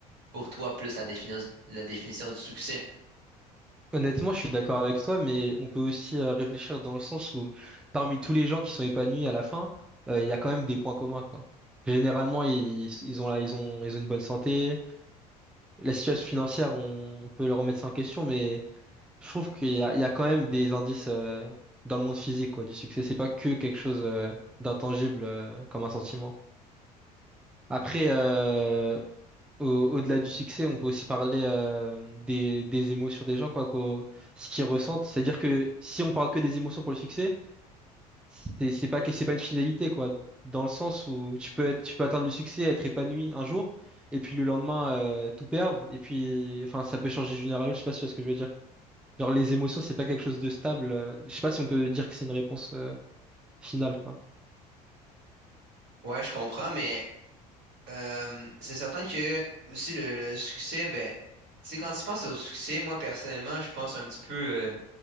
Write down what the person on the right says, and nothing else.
pour toi plus la défini- la définition du succès?
Ouais, je comprends, mais euh, c'est certain que aussi le, le succès, ben, tu sais, quand tu penses au succès, moi personnellement, je pense un petit peu.